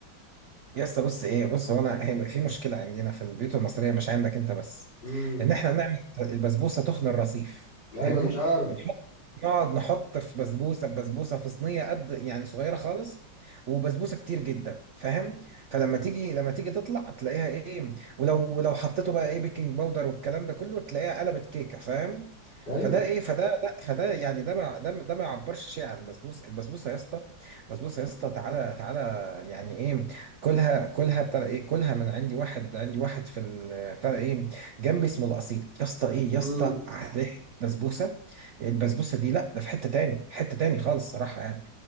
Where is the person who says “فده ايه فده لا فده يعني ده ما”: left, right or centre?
Right